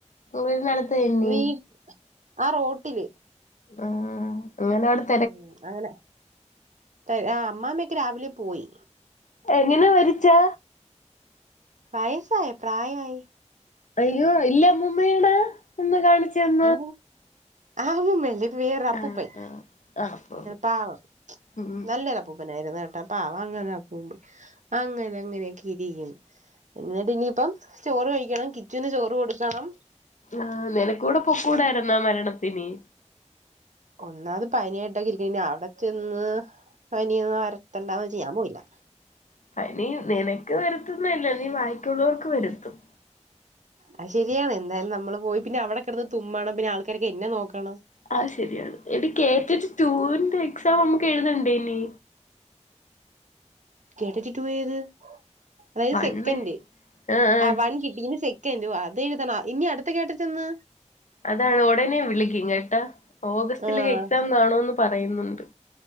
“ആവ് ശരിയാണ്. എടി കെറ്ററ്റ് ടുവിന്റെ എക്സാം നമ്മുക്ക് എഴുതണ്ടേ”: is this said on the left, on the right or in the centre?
Left